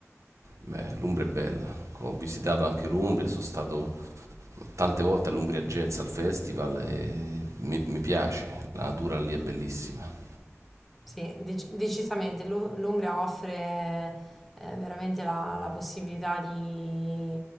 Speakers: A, on the right; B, in the centre.
A: Beh, l'Umbria è bella. Ho visitato anche l'Umbria, sono stato tante volte all'Umbria Jazz al festival e mi, mi piace, la natura lì è bellissima.
B: Sì, dec- decisamente. L'U- L'Umbria offre eh, veramente la, la possibilità di